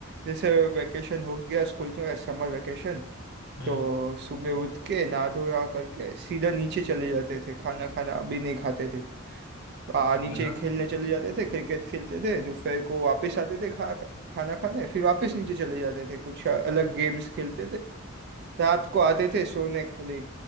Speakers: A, on the right; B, on the left.
A: जैसे वेकेशन हो गया स्कूल का समर वेकेशन
B: हम्म
A: तो सुबह उठ के नहा धोया करके सीधा नीचे चले जाते थे खाना खाना भी नहीं खाते थे आ,
B: है
A: नीचे
B: ना
A: खेलने
B: तो
A: चले जाते थे क्रिकेट खेलते थे दोपहर को वापस आते थे खा खाना खाने फिर वापस नीचे चले जाते थे कुछ अलग गेम्स खेलते थे रात को आते थे सोने खाली